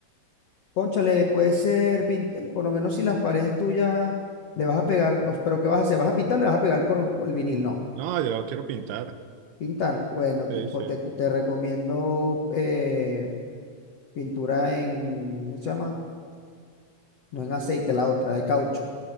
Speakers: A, on the left; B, on the right.
A: Cónchale, puede ser, pin- por lo menos si las paredes tuyas le vas a pegar, o- pero ¿qué vas a hacer? ¿Vas a pintar o le vas a pegar por, un- por el vinil? No,
B: No, yo quiero pintar.
A: pintarla. Bueno,
B: Sí,
A: te, po-
B: sí.
A: te- te recomiendo eh, pintura en, ¿cómo se llama? No en aceite, la otra, de caucho.